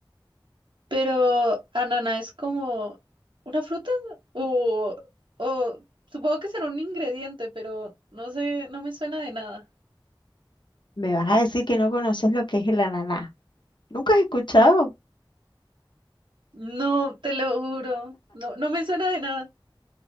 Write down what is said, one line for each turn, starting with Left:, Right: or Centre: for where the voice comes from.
Right: Pero, ¿ananá es como una fruta? O, o supongo que será un ingrediente, pero no sé, no me suena de nada.
Left: Me vas a decir que no conoces lo que es el ananá. ¿Nunca has escuchado?
Right: No, te lo juro. No, no me suena de nada.